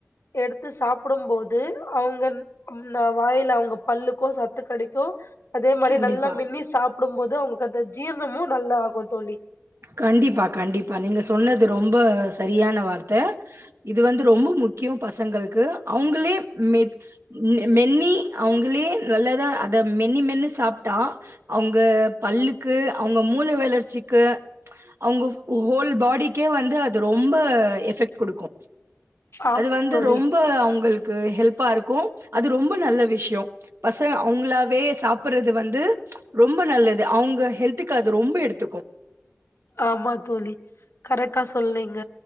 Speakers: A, on the left; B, on the right.
A: எடுத்து சாப்புடம் போது அவுங்க நா வாயில அவுங்க பல்லுக்கு சத்து கெடைக்கு அதே மாரி
B: கண்டிப்பா
A: நல்லா மென்னி சாப் க்கும்போது அவுங்கங்க அந்த ஜீரணமு தோழி
B: கண்டிப்பா கண்டிப்பா நீங்க சொன்னது ரொம்ப சரியான வார்த்த இது வந்து ரொம்ப முக்கியோ பசங்கள்க்கு அவுங்களே மெத் மென்னி அவ்ங்களே நல்லதா அத மென்னி மென்னி சாப்ட்டா அவுங்க பல்லுக்கு அவுங்க மூல வளர்ச் சிக்கு அவுங்க ஹோல் பாடிக்கே வந்து அது ரொம்ப எஃபெக்ட் குடுக்கு
A: ஆமா
B: அது வந்து
A: தோழி
B: ரொம்ப அவுங்கள்க் இங்கு ஹெல்பாருக்கு அது ரொம்ப நல்ல விஷ்யோ பசங்க அவுங்களாவே சாப்புறது வந்து ரொம்ப நல்லது அவுங்க ஹெல்த்துக்கு அது ரொம்ப எடுத்துக்கு
A: ஆமா தோழி கரெக்டா சொல்லீங்க